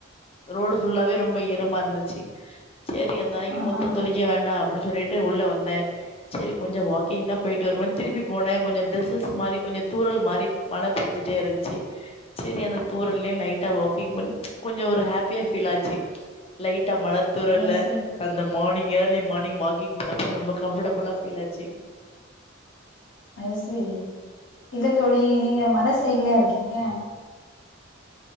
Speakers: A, on the left; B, on the left.
A: ரோடு ஃபுல்லாவே ரொம்ப ஈரமா இருந்திச்சி சேரி அந்த அன்னைக்கு
B: ஆஹா
A: முத்தோ தொளிக்க வேண்டா அப்டின்னு சொல்லிட்டு உள்ள வந்தே செரி கொஞ்சோ வாக்கிங் தா போயிட்டு வருனு திருப்பி போனே கொஞ்சோ டிரெஸஸ் மாரி கொஞ்சோ தூறல் மாரி மழை பேஞ்சுட்டே இருந்துச்சி சேரி அந்த தூரல்லே லைட்டா வாக்கிங் பண்வோ கொஞ்சோ ஒரு ஹாப்பியா ஃபீல் ஆச்சி லைட்டா மழத் தூறல்ல
B: அது சரி
A: அந்த மார்னிங் ஏர்லி மார்னிங் வாக்கிங் பண்ணப்போ ரொம்ப கம்ஃபர்டபுளா ஃபீல் ஆச்சி
B: அது சேரி இல்லத்தோழி நீங்க மல சைட்லையா இருக்கீங்க